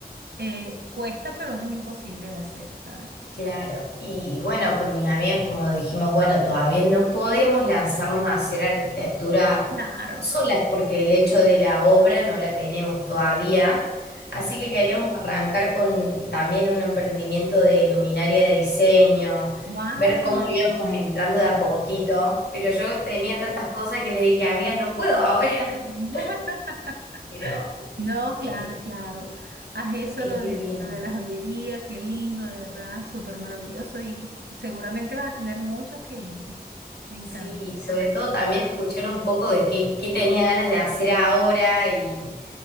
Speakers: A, on the right (about 80°); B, on the left (about 85°).
A: eh, cuesta, pero no es imposible de hacer, ¿sabes?
B: Claro, y bueno, con mis amigas como dijimos, bueno, todavía no podemos lanzarnos a hacer arquitectura
A: Claro.
B: solas porque el hecho de la obra no la tenemos todavía, así que queríamos arrancar con también un emprendimiento de luminaria de diseño,
A: Wow.
B: ver cómo le íbamos entrando de a poquito, pero yo tenía tantas cosas que les dije, amigas, no puedo ahora,
A: <laughs>
B: <laughs> pero
A: No, claro,
B: eh,
A: claro. Haz eso
B: es
A: lo de,
B: ir viendo.
A: lo de la joyería, qué lindo, de verdad, súper maravilloso y seguramente vas a tener muchos clientes. Me encanta.
B: Sí, sobre
A: de verdad.
B: todo también escuchar un poco de qué, qué tenía ganas de hacer ahora y